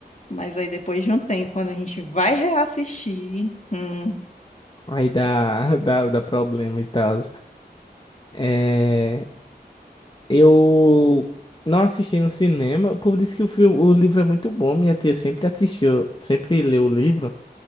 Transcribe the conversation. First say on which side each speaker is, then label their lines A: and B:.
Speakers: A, on the left; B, on the left.
A: mas aí depois de um tempo, quando a gente vai reassistir, hum,
B: Aí dá, <laughs> dá, dá problema e tal. É, eu não assisti no cinema. O povo disse que o filme, o livro é muito bom. Minha tia sempre assistiu, sempre leu o livro,